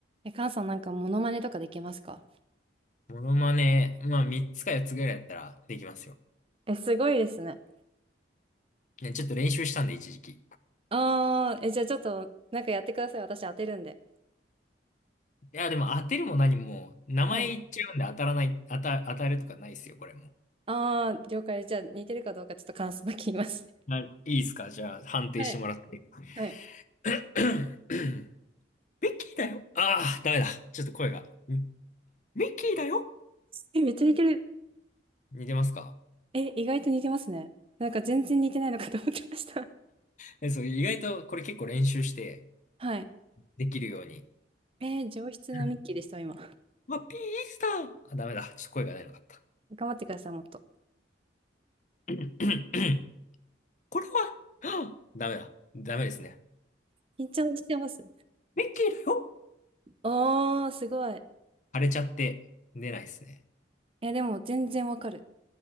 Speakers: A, on the right; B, on the left.
A: え、カンさんなんかモノマネとかできますか
B: モノマネ、まあ3つか4つぐらいやったらできますよ。
A: え、すごいですね。
B: ね、ちょっと練習したんで一時期。
A: ああー、え、じゃあちょっと、なんかやってください。私当てるんで。
B: いや、でも当てるも何も、名前言っちゃうんで当たらない、
A: はい。
B: 当た、当たるとかないですよ、これも
A: ああ、了解。じゃあ似てるかどうかちょっと感想だけ言いますね。
B: う。はいいいですかじゃあ判定してもらって。
A: <laughs> はい。
B: <coughs>
A: はい。
B: <clears throat> ミッキーだよ。ああ、ダメだ。ちょっと声が。うんミッキーだよ。
A: え、めっちゃ似てる。
B: 似てますか
A: え、意外と似てますね。なんか全然似てないのかと思ってました。
B: え、そう、意外とこれ結構練習して
A: <laughs> はい。
B: できるように。
A: えー上質なミッキーでした、
B: <coughs>
A: 今。
B: まあ、ピースター。あ、ダメだ。ちょっと声が出なかった。
A: 頑張ってください、もっと。
B: <coughs> <clears throat> これは、<gasps> ダメだ。ダメですね。
A: 緊張してます。
B: ミッキーだよ
A: おー、すごい。
B: 腫れちゃって出ないですね。
A: え、でも全然わかる。